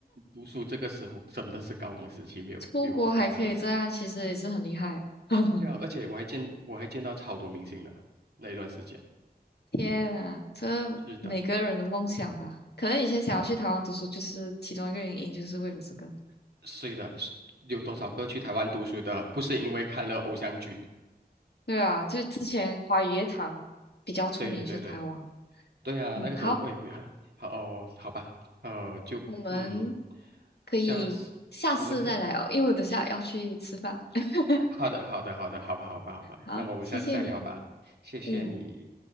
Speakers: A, on the right; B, on the left.
A: 读书这个时候真的是高光时期，没有没有没有开玩笑。
B: 出国还可以这样，其实也是很厉害。<laughs>
A: 对啊，而且我还见我还见到超多明星的那一段时间。
B: 天啊，这每个人的梦想吧。
A: 是的，
B: 可能以前想要去台湾读书，就是其中一个原因，就是为了这个。
A: 是的，是有多少个去台湾读书的，不是因为看了偶像剧？
B: 对啊，就是之前华语乐坛比较出名，
A: 对对对
B: 就是台湾。
A: 对啊，
B: 嗯，
A: 那个时候喂喂，
B: 好，
A: 好哦，好吧，呃，就嗯，
B: 我们可以下次再来哦，
A: 下次我们可以，
B: 因为我等下要去吃饭。<laughs>
A: 好的好的好的，好吧好吧好吧，
B: 好，
A: 那么我们下次再聊吧，
B: 谢谢你。
A: 谢谢你。
B: 嗯。